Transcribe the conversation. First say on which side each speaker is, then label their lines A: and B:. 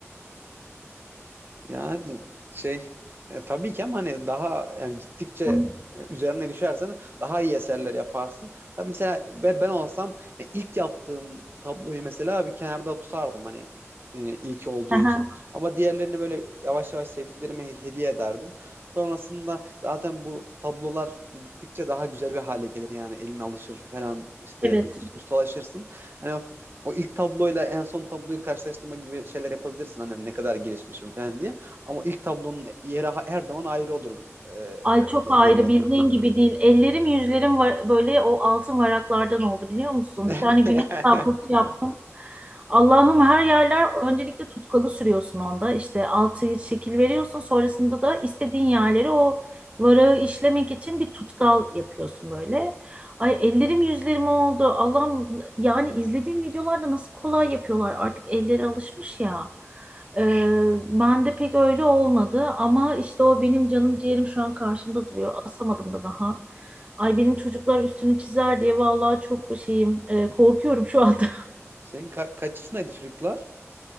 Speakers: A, on the right (about 50°); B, on the right (about 25°).
A: Yani şey e, tabii ki ama hani daha yani gittikçe
B: <laughs>
A: e, üzerine düşersen daha iyi eserler yaparsın. Tabii mesela be- ben olsam hani ilk yaptığım tabloyu mesela bir kenarda tutardım hani e, ilk olduğu
B: Aha,
A: için. Ama diğerlerini böyle yavaş yavaş sevdiklerime he- hediye ederdim. Sonrasında zaten bu tablolar gittikçe daha güzel bir hale gelir yani elin alışır falan işte
B: Evet.
A: bir us- ustalaşırsın. Hani o o ilk tabloyla en son tabloyu karşılaştırma gibi şeyler yapabilirsin. Hani ne kadar gelişmişim falan diye. Ama ilk tablonun yeri ha- her zaman ayrı olur e,
B: Ay çok
A: gen-
B: ayrı
A: genelde.
B: bildiğin gibi değil. Ellerim yüzlerim var, böyle o altın varaklardan oldu biliyor musun?
A: <laughs>
B: Bir tane güneş tablosu yaptım. Allah'ım her yerler öncelikle tutkalı sürüyorsun onda. İşte altı şekil veriyorsun. Sonrasında da istediğin yerleri o varağı işlemek için bir tutkal yapıyorsun böyle. Ay ellerim yüzlerim oldu. Allah'ım yani izlediğim videolarda nasıl kolay yapıyorlar. Artık elleri alışmış ya. Ee, ben de pek öyle olmadı ama işte o benim canım ciğerim şu an karşımda duruyor. Asamadım da daha. Ay benim çocuklar üstünü çizer diye vallahi çok şeyim e, korkuyorum şu anda. <laughs>
A: Senin ka- kaç yaşındaydı çocuklar?